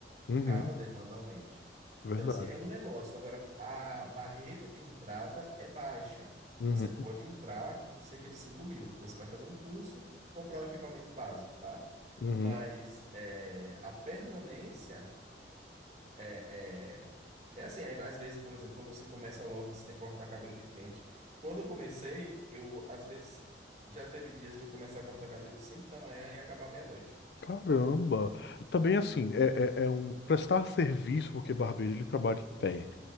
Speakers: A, on the left; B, on the right.
A: uhum.
B: caso a demanda aumente. Então,
A: Verdade.
B: assim, é um negócio. Agora, a barreira de entrada é baixa.
A: Uhum,
B: Você pode entrar por cerca de 5 mil, porque você vai fazer um curso, comprar um equipamento básico, tá?
A: uhum.
B: Mas é, a permanência é, é, é assim, aí, às vezes, por exemplo, quando você começa logo, você tem que cortar cabelo de cliente. Quando eu comecei, eu, às vezes, já teve dias de eu começar a cortar cabelo 5 da manhã e acabar meia-noite.
A: Caramba! Também assim, é, é, é um prestar serviço, porque barbeiro ele trabalha em pé.